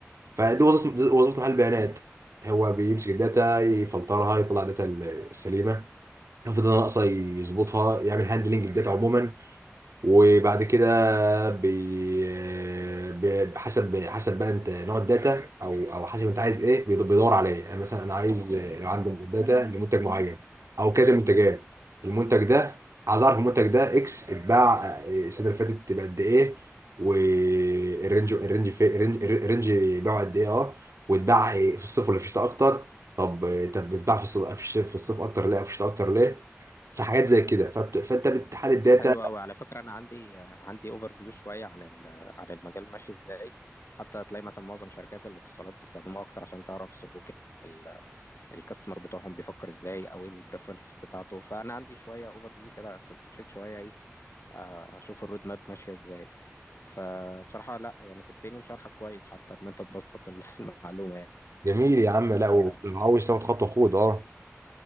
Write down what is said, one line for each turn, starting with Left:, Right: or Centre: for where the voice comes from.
Right: فدي وظيفة دي وظيفة محل بيانات هو بيمسك الداتا يفلترها يطلع الداتا السليمة لو في داتا ناقصة يظبطها يعمل هاندلنج للداتا عموما وبعد كده بي... بي... حسب حسب بقى انت نوع الداتا او او حسب انت عايز ايه بيدو- بيدور على ايه يعني مثلا انا عايز آه، لو عندي داتا لمنتج معين او كذا منتجات المنتج ده عايز اعرف المنتج ده اكس اتباع آه، السنه اللي فاتت بقد ايه والرينج الرينج في الرينج الرينج بيعه قد ايه اه واتباع في الصيف ولا في الشتاء اكتر طب آه، طب اتباع في الص- في الش- في الصيف اكتر ليه او في الشتاء اكتر ليه في حاجات زي كده فبت... فانت بتحلل الداتا
Left: حلو قوي على فكره انا عندي عندي اوفر فيو شويه عن ال- عن المجال ماشي ازاي حتى هتلاقي مثلا معظم شركات الاتصالات بيستخدموها اكتر عشان تعرف سلوك ال- الكاستمر بتوعهم بيفكر ازاي او ايه البريفرنسز بتاعته فانا عندي شويه اوفر فيو كده كنت مشيت شويه ايه آه، اشوف الرود ماب ماشيه ازاي فبصراحه لا يعني في التاني وشرحك كويس حتى ان انت تبسط ال- <laughs> المعلومه يعني
Right: جميل يا عم لا
Left: ف
Right: وعاوز تاخد خطوه خد اه